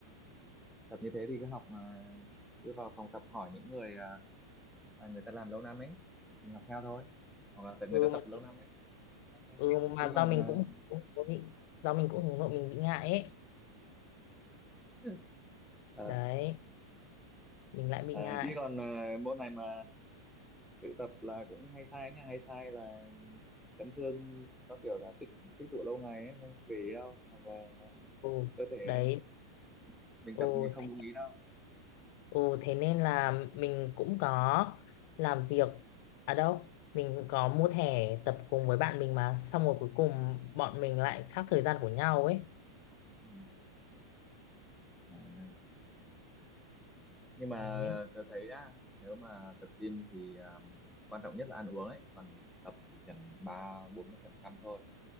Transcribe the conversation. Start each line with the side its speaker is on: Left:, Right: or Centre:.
Centre: tập như thế thì cứ học ờ, cứ vào phòng tập hỏi những người ờ, à, người ta làm lâu năm ấy mình học theo thôi hoặc là tại người
Left: ừ
Centre: ta
Left: mà
Centre: tập lâu năm ấy mình học theo thôi
Left: ừ mà
Centre: chứ còn
Left: do mình
Centre: à,
Left: cũng cũng có bị do mình cũng hướng nội mình bị ngại ấy
Centre: <laughs> ờ,
Left: đấy mình lại bị
Centre: ờ,
Left: ngại
Centre: chứ còn à, môn này mà tự tập là cũng hay sai nha hay sai là chấn thương nó kiểu là tích tích tụ lâu ngày ấy không để ý đâu hoặc là nó
Left: ừ
Centre: cơ thể
Left: đấy
Centre: nó- mình
Left: ừ
Centre: tập mình không
Left: thế,
Centre: lưu ý đâu
Left: ừ thế nên là mình cũng có làm việc ở đâu mình có mua thẻ tập cùng với bạn mình mà xong rồi cuối cùng bọn mình lại khác thời gian của nhau ấy
Centre: ừ. à. nhưng mà
Left: đấy
Centre: tôi thấy nhá nếu mà tập gym thì à, quan trọng nhất là ăn uống ấy còn tập thì cần ba bốn mươi phần trăm thôi